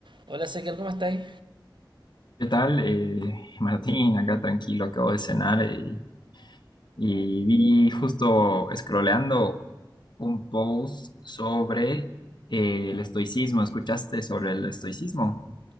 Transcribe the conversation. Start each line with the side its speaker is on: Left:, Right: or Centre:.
Right: Hola, Ezequiel, ¿cómo estáis?
Left: ¿Qué tal? Eh, Martín, acá tranquilo, acabo de cenar eh, y, vi justo scrolleando un post sobre eh, el estoicismo. ¿Escuchaste sobre el estoicismo?